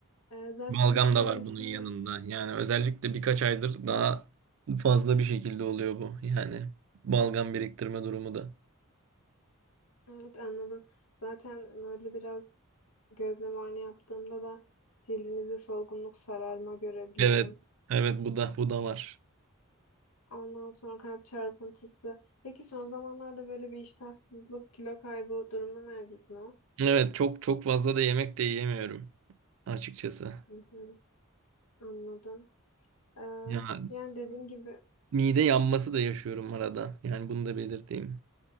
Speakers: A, on the left (about 85°); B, on the right (about 60°).
A: Ee, zaten
B: Balgam
A: biz kan
B: da var
A: testini
B: bunun yanında. Yani özellikle birkaç aydır daha fazla bir şekilde oluyor bu. Yani balgam biriktirme durumu da.
A: evet anladım. Zaten böyle biraz gözlem muayene yaptığımda da cildinizde solgunluk, sararma görebiliyorum.
B: Evet. Evet bu da bu da var.
A: Ondan sonra kalp çarpıntısı. Peki son zamanlarda böyle bir iştahsızlık, kilo kaybı durumu mevcut mu?
B: Evet çok çok fazla da yemek de yiyemiyorum açıkçası.
A: Hı hı, anladım. Ee,
B: Ya
A: yani dediğim gibi
B: e, mide yanması da yaşıyorum arada. Yani bunu da belirteyim.